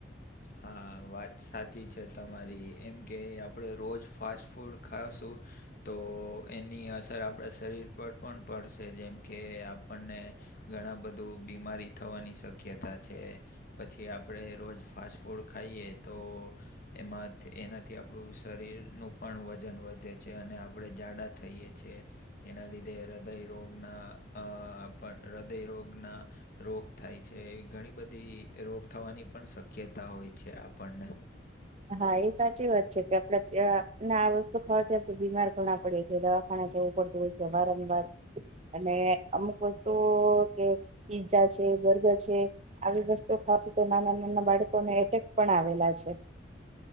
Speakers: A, on the left; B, on the right.
A: હા વાત સાચી છે તમારી એમ કે આપણે રોજ ફાસ્ટ ફૂડ ખાશું. તો એની અસર આપણા શરીર પર પણ પડશે જેમ કે આપણને ઘણા બધું બીમારી થવાની શક્યતા છે પછી આપણે રોજ ફાસ્ટ ફૂડ ખાઈએ તો એમાંથી એનાથી આપણું શરીરનું પણ વજન વધે છે અને આપણે જાડા થઈએ છે. એના લીધે હૃદય રોગના અ હૃદય રોગના રોગ થાય છે ઘણી બધી રોગ થવાની પણ શક્યતા હોય છે આપણને
B: હા એ સાચી વાત છે કે આપડેને આ વસ્તુ ખાવા જતા બીમાર પડાય પડ છે દવાખાના જવું પડતું હોય છે વારંવાર અને અમુક વસ્તુઓ કે પીઝા છે બર્ગર છે આવી વસ્તુ ખાતી તો નાના નાના બાળકોને એટેક પણ આવેલા છે